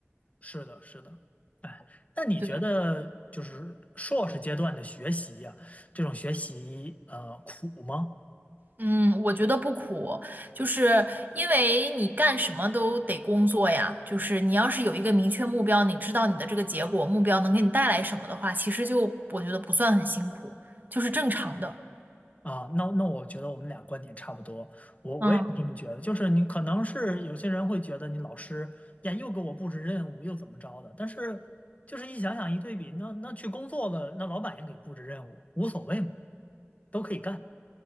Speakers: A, on the left; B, on the right.
A: 是的，是的，哎，那你觉得就是硕士阶段的学习呀、
B: 对，
A: 这种学习呃苦吗？
B: 嗯，我觉得不苦，就是因为你干什么都得工作呀。就是你要是有一个明确目标，你知道你的这个结果，目标能给你带来什么的话，其实就我觉得不算很辛苦，就是正常的。
A: 啊，那那我觉得我们俩观点差不多，我我也是这么觉得。
B: 嗯。
A: 就是你可能是有些人会觉得你老师呀又给我布置任务又怎么着的，但是就是一想想一对比，那那去工作的那老板也给布置任务，无所谓嘛，都可以干。